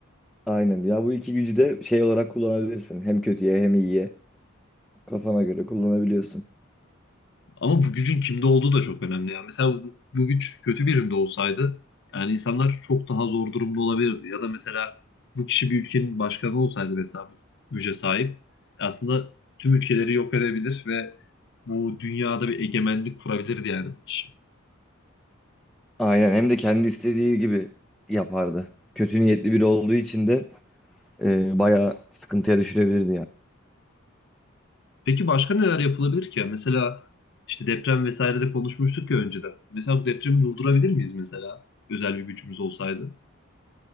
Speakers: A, in the centre; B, on the left.
A: Aynen. Ya bu iki gücü de şey olarak kullanabilirsin. Hem kötüye hem iyiye. Kafana göre kullanabiliyorsun.
B: Ama bu gücün kimde olduğu da çok önemli. Yani mesela bu, bu güç kötü birinde olsaydı yani insanlar çok daha zor durumda olabilirdi. Ya da mesela bu kişi bir ülkenin başkanı olsaydı mesela bu güce sahip aslında tüm ülkeleri yok edebilir ve bu dünyada bir egemenlik kurabilirdi yani bu kişi.
A: Aynen. Hem de kendi istediği gibi yapardı. Kötü niyetli biri olduğu için de e, bayağı sıkıntıya düşürebilirdi yani.
B: Peki başka neler yapılabilir ki? Yani Mesela işte deprem vesaire de konuşmuştuk ya önceden. Mesela bu depremi durdurabilir miyiz mesela özel bir gücümüz olsaydı?